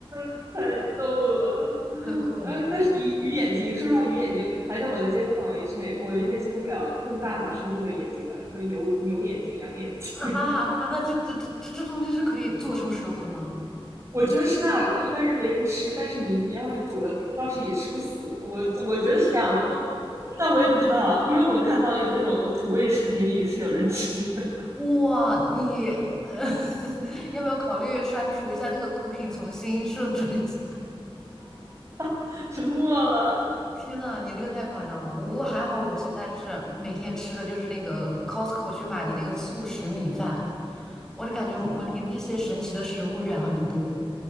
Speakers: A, on the right; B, in the centre.
A: <laughs> 太逗了，
B: <laughs> 很恐怖
A: 哎，但是鱼鱼眼睛，说实话，鱼眼睛还在我的接受范围之内，我有点接受不了更大的生物的眼睛了，什么牛牛眼睛、羊眼睛，
B: 啊！哈哈哈这这这这这东西是可以做成食物的吗？
A: <laughs> 我觉得是那个，一般人没人吃，但是你你要是煮了吃，倒是也吃不死，我我觉得是这样的，但但我也不知道，因为我看到有那种土味视频里是有人吃的，
B: 哇，你呃，<laughs> 要不要考虑删除一下那个 cooking，重新设置一下？
A: <laughs> 沉默了，
B: 天呐，你这个太夸张了！我不过还好，我现在就是每天吃的就是那个 Costco 去买的那个速食米饭，我就感觉我离那些神奇的食物远了很多。
A: 挺好，